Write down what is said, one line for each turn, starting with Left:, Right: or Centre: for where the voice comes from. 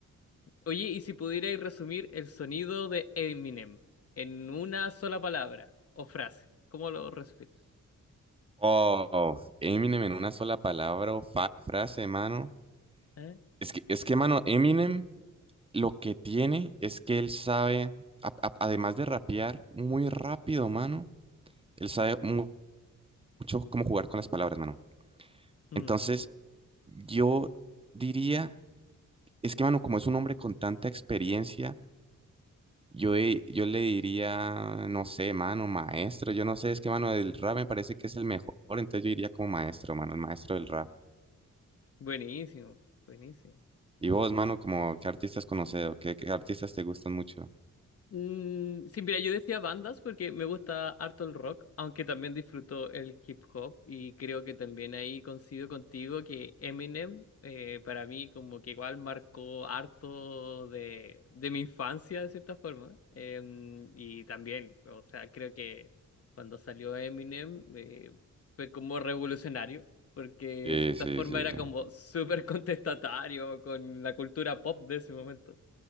Left: Oye, y si pudierais resumir el sonido de Eminem en una sola palabra o frase, ¿cómo lo resumirías?
Right: Oh, Eminem en una sola palabra o fa- frase, mano.
Left: ¿Eh?
Right: Es que, es que, mano, Eminem lo que tiene es que él sabe, a- a- además de rapear muy rápido, mano, él sabe mu- mucho cómo jugar con las palabras, mano.
Left: Mm,
Right: Entonces, yo diría, es que, mano, como es un hombre con tanta experiencia, Yo, he- yo le diría, no sé, mano, maestro, yo no sé, es que mano del rap me parece que es el mejor, entonces yo iría como maestro, mano, el maestro del rap.
Left: buenísimo, buenísimo.
Right: Y vos, mano, como qué artistas conoces o qué, qué artistas te gustan mucho.
Left: Mm, sí, mira, yo decía bandas porque me gusta harto el rock, aunque también disfruto el hip hop y creo que también ahí coincido contigo que Eminem eh, para mí como que igual marcó harto de, de mi infancia de cierta forma. Em, y también, o sea, creo que cuando salió Eminem eh, fue como revolucionario. Porque
Right: Sí,
Left: de cierta
Right: sí,
Left: forma
Right: sí,
Left: era
Right: sí.
Left: como súper contestatario con la cultura pop de ese momento